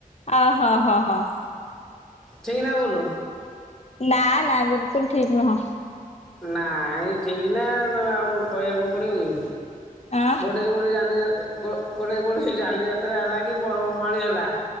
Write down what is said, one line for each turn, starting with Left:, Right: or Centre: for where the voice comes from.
Left: ଆ ହଁ ହଁ ହଁ।
Centre: ଠିକ୍ ନା ଭୁଲ୍?
Left: ନା ନା ବିଲକୁଲ ଠିକ୍ ନୁହଁ।
Centre: ନାଇଁ ଠିକ୍ ନା ତମେ ଆଉ କହିଆକୁ ପଡିବ କି?
Left: ଆ
Centre: ଗୋଟେ ଯୋଉଠି ଯାନି ଯା-ଏ-ଗୋ ଗୋଟେ କୋଉଠି ଯାନି ଯାତ୍ରା ହେଲା କି ପର୍ବପର୍ବାଣୀ ହେଲା